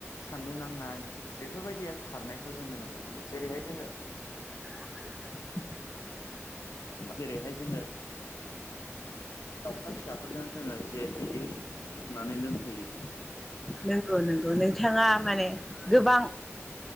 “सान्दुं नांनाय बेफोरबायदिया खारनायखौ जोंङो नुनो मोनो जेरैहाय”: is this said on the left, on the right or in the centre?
Left